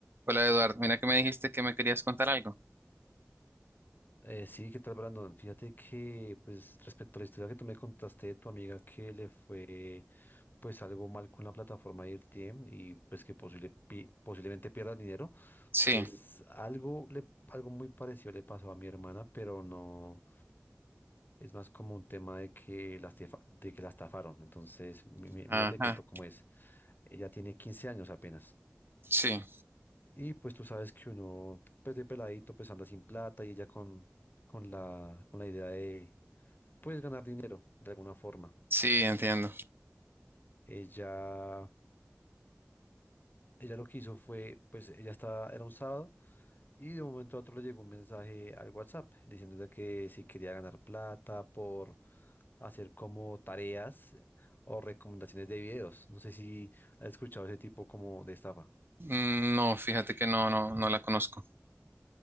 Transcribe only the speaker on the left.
Eh, sí, ¿qué tal, Brandon? Fíjate que, pues, respecto a la historia que tú me contaste de tu amiga que le fue, pues, algo mal con la plataforma de RTM y, pues, que posible, pi- posiblemente pierda dinero,
pues, algo, le, algo muy parecido le pasó a mi hermana, pero no, es más como un tema de que la, estafa- de que la estafaron. Entonces, mi- mi-
mira, te cuento cómo es. Ella tiene 15 años apenas.
Y pues tú sabes que uno, pues de peladito, pues anda sin plata y ella con, con la, con la idea de, pues ganar dinero de alguna forma.
Ella, ella lo que hizo fue, pues ella estaba, era un sábado y de un momento a otro le llegó un mensaje al WhatsApp diciéndole que si quería ganar plata por hacer como tareas o recomendaciones de videos. No sé si has escuchado ese tipo como de estafa.